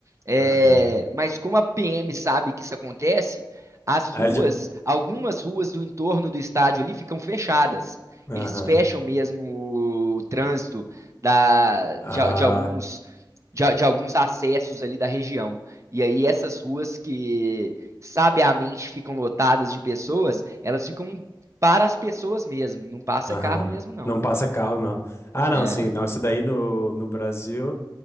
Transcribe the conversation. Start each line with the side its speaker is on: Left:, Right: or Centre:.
Right: É,
Left: Aham.
Right: mas como a PM sabe que isso acontece, as
Left: Aí
Right: ruas,
Left: ele já-
Right: algumas ruas do entorno do estádio ali ficam fechadas.
Left: Aham.
Right: Eles fecham mesmo o trânsito da,
Left: Ah,
Right: de, a- de alguns, de, a- de alguns acessos ali da região. E aí essas ruas que sabiamente ficam lotadas de pessoas, elas ficam para as pessoas mesmo, não passa
Left: aham.
Right: carro mesmo, não.
Left: Não passa carro, não. Ah, não,
Right: É.
Left: sim, não. Isso daí no, no Brasil.